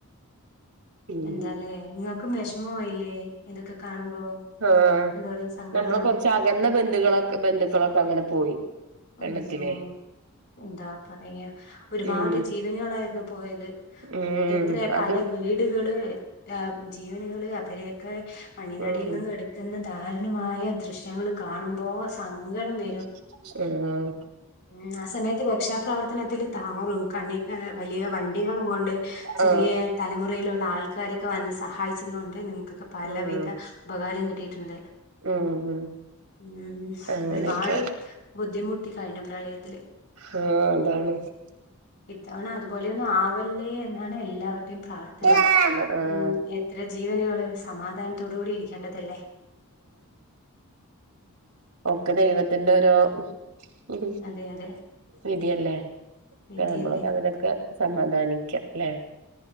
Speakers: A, on the right; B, on the left.
A: ഉം
B: എന്താലേ നിങ്ങൾക്ക് വിഷമമായിയില്ലേ എതൊക്കെ കാണുമ്പോ
A: ആഹ
B: എന്തോരം സങ്കടമാണ്
A: നമ്മള് കൊറച്ച് അകന്ന ബന്ധുക്കളൊെ ബന്ധുക്കളൊക്കെ അങ്ങനെ പോയി വെള്ളത്തിലേ
B: അയ്യോ എന്താ പറയാ ഒരുപാട്
A: ഉം
B: ജീവനുകളായിരുന്നു പോയത്
A: ഉം
B: എത്രയ പല
A: അതും
B: വീടുകള് ആ ജീവനുകള് അവരെയൊക്കെ മണ്ണിനാടിയിൽ
A: ഉം
B: നിന്നും എടുക്കുന്ന ദരുണമായ ദൃശ്യങ്ങൾ കാണുമ്പോ സങ്കടം വ
A: ഉം
B: ഉം ആ സമയത്ത് രക്ഷാപ്രവർത്തനത്തില്ൽ താറും കണ്ണി വലിയ വണ്ടികളും കൊണ്ട് ചെറിയ
A: ആഹ്
B: തലമുറയിലുള്ള ആൾക്കാരൊക്കെ വന്ന സഹായിച്ചത്ുക കൊണ്ട് നിങ്ങൾക്ക്ക്ക് പലവിധ
A: ഉം
B: ഉപകാരം കിട്ടിയിട്ടുണ്ട്
A: ഉം
B: ഉ
A: അങ്ങനെയൊക്കെ
B: ഒരുപാട് ബുദ്ധിമുട്ടി കഴിഞ്ഞ ത്തി
A: ആഹ് അതാണ്
B: ഇത്തവണ അതുപോലെയൊന്നും ആവല്ലേ എന്നാണ് എല്ലാവരുടെയും പ്രാർത്ഥന
A: ഇതാണ് ആഹ്
B: ഉ എത്ര ജീവനുകള് സമാധാനത്തോട കൂടിരിക്ക ചെയണ്ടതല്ലേ
A: ഓക്കെ ദൈവത്തിറെ ഒരു ഉ
B: അതെ അതെ
A: വിധയല്ലേ
B: വിധിയല്ലേ
A: നമ്മളക്ക അതിനൊക്കെ സമാധാനി അല്ലേ